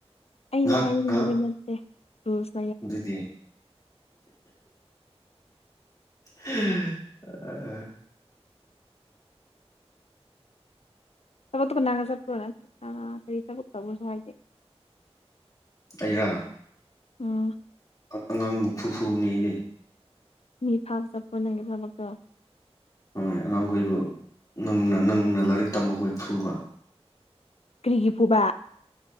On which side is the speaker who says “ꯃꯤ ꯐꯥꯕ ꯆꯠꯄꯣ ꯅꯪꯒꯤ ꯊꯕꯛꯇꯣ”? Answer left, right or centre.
Left